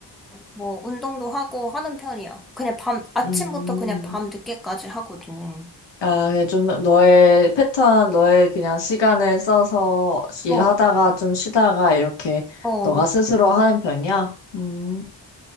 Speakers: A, in the centre; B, on the left (about 75°).
A: 뭐, 운동도 하고 하는 편이야. 그냥 밤, 아침부터
B: 음.
A: 그냥 밤 늦게까지 하거든.
B: 아, 그냥 좀 너의 패턴, 너의 그냥 시간을 써서 일하다가
A: 어,
B: 좀 쉬다가 이렇게
A: 어, 어.
B: 너가 스스로 하는 편이야? 음.